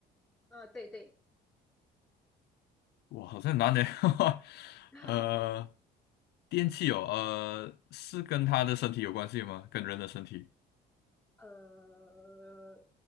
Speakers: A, in the centre; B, on the left (about 75°).
A: 呃，对对，
B: 哇，好像很难的，<laughs>
A: <laughs>
B: 呃，电器哦，呃，是跟他的身体有关系吗？跟人的身体？
A: 呃，